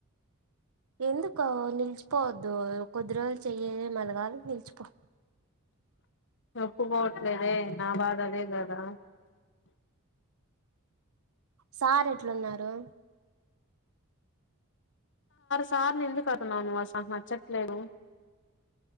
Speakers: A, on the right; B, on the left.
A: ఎందుకొ నిలిచిపోవద్దు కొద్ది రోజులు చేయి మళ్ళీ కావాలంటి నిలిచిపో
B: ఒప్పుకోవట్లేదే నా బాధ అదే కదా
A: సార్ ఎట్లున్నారు
B: సార్ ఎందుకు అంటున్నావు నువ్వు అసల్ నచ్చట్లేదు